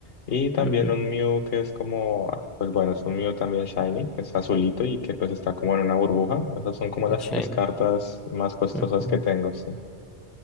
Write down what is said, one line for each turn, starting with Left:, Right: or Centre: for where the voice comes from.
Left: Y también
Centre: ujú,
Left: un Mew que es como, ah, pues bueno, es un Mew también Shiny, es azulito y que pues está como en una burbuja. Esas son como
Centre: el
Left: las
Centre: Shiny.
Left: tres cartas más costosas
Centre: Ujú.
Left: que tengo, sí.